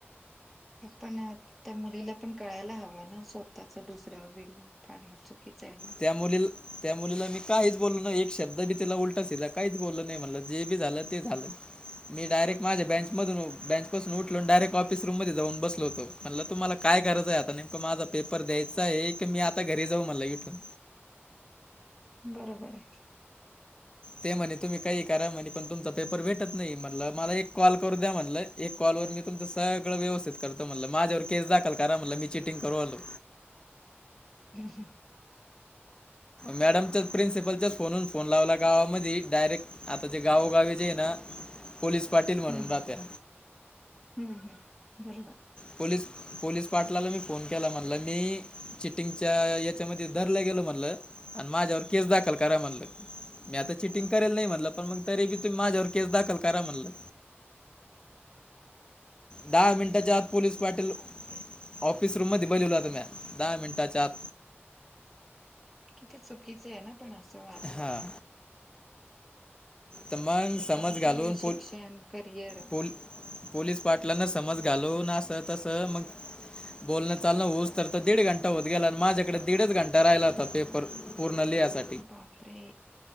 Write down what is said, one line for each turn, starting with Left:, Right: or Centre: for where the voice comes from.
Centre: पण, त्या मुलीला पण कळायला हवा ना स्वतःच दुसऱ्यावर बिल. फाडणं चुकीचं आहे ना.
Left: त्यामुळील. त्या मुलीला मी काहीच बोललो नाही एक शब्द बी तिला उलट सीधा काहीच बोललो नाही म्हणलं जे बी झालं ते झालं. मी डायरेक्ट माझा बेंच मधून बेंचपासून उठलो आन डायरेक्ट ऑफिस रूम मधून जाऊन बसलो होतो. म्हणलं तुम्हाला काय करायचं आहे आता नेमकं माझा पेपर द्यायचा आहे की मी आता घरी जाऊ म्हणला इठून.
Centre: बरोबर आहे.
Left: ते म्हणे तुम्ही काही करा म्हणे पण तुमचा पेपर भेटत नाही. म्हटलं मला एक कॉल करू द्या म्हणलं एक कॉलवर मी तुमचं सगळं व्यवस्थित करतो म्हटलं, माझ्यावर केस दाखल करा म्हटलं मी चिटिंग करू आलो.
Centre: हम्म हम्म.
Left: मॅडमच्या प्रिन्सिपलच्याच फोनून फोन लावला गावामधी डायरेक्ट आता जे गावोगावी जे आहे ना पोलीस पाटील म्हणून
Centre: हम्म
Left: राहत्या.
Centre: हम्म हम्म दालं बा.
Left: पोलीस, पोलीस पाटलाला मी फोन केला म्हणलं, मी चिटिंगच्या याच्यामध्ये धरलं गेलं म्हणलं आणि माझ्यावर केस दाखल करा म्हणलं. मी आता चिटिंग करेल नाही म्हणलं पण मग तरी बी तुमी माझ्यावर केस दाखल करा म्हणलं दहा मिनिटांच्या आत पोलीस पाटील
Centre: बापरे.
Left: ऑफिस रूम मध्ये बोलल्या तुम्या दहा मिनटाच्या आत.
Centre: किती चुकीचं आहे ना पण असं वादणं.
Left: हां तर मंग
Centre: एखादस
Left: समज घालून
Centre: शिक्षण
Left: फुल
Centre: करिअर
Left: फुल पोलीस पाटलान समज घालवून असं तसं मग बोलणं चालंण होऊस तर दीड घंटा होत गेला माझ्याकडे दीडच घंटा राहिला होता पेपर. पूर्ण लिहायसा
Centre: बापरे!